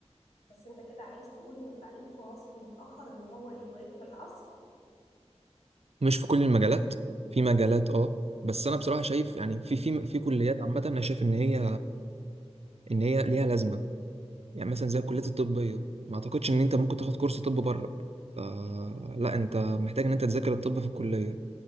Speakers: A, on the left; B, on the right.
A: بس انت كده عايز تقول ان التعليم في مصر متاخر ان هو يواكب العصر
B: مش في كل المجالات في مجالات اه بس انا بصراحه شايف يعني في في في كليات عامه انا شايف ان هي ان هي ليها لازمه يعني مثلا زي الكليات الطبيه ما اعتقدش ان انت ممكن تاخد كورس طب بره فلا انت محتاج ان انت تذاكر الطب في الكليه